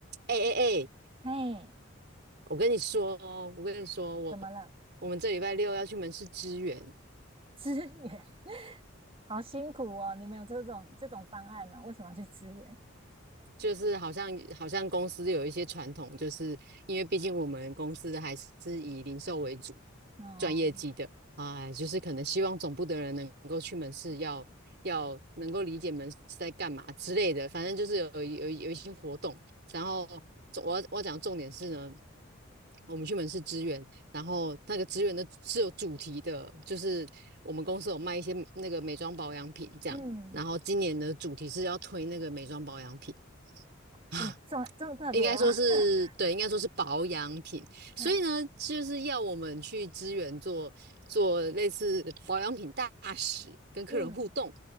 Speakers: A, on the right (about 55°); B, on the right (about 25°).
A: 哎哎哎，
B: 嘿，
A: 我跟你说哦，我跟你说，我
B: 怎么了？
A: 我们这礼拜六要去门市支援，
B: <laughs> 支援，<laughs> 好辛苦哦！你们有这种这种方案呢、为什么要去支援？
A: 就是好像好像公司有一些传统，就是因为毕竟我们公司还是以零售为主，
B: 哦，
A: 赚业绩的啊，就是可能希望总部的人能够去门市要要能够理解门市在干嘛之类的，反正就是有有有一些活动，然后我要我要讲重点是呢。我们去门市支援，然后那个支援的是有主题的，就是我们公司有卖一些那个美妆保养品这样，
B: 嗯，
A: 然后今年的主题是要推那个美妆保养品，<laughs>
B: 这么这么这么特别啊？
A: 应该说是对，
B: <laughs>
A: 应该说是保养品。所以呢，
B: 那
A: 就是要我们去支援做做类似保养品大使，跟客人互动，
B: 嗯，